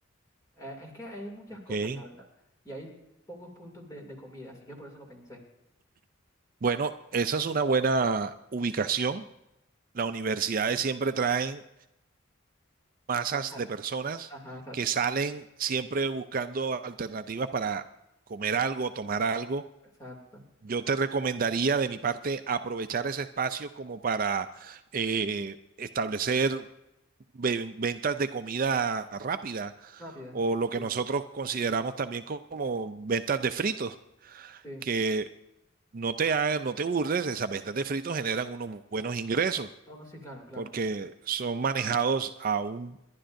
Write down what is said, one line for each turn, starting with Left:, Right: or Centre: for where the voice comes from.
Left: Eh, es que hay muchas
Right: Ok.
Left: cosas, la verdad. Y hay pocos puntos de, de comida, así que por eso lo pensé.
Right: Bueno, esa es una buena ubicación. Las universidades siempre traen masas
Left: González.
Right: de personas
Left: Ajá, exacto,
Right: que salen siempre buscando alternativas para comer algo, tomar algo.
Left: exacto.
Right: Yo te recomendaría de mi parte aprovechar ese espacio como para eh, establecer ve- ventas de comida rápida
Left: Rápida.
Right: o lo que
Left: Sí,
Right: nosotros consideramos también co- como ventas de fritos,
Left: sí.
Right: que no te hagan, no te burles, esas ventas de fritos generan unos buenos ingresos
Left: No, no, sí, claro, claro.
Right: porque son manejados a un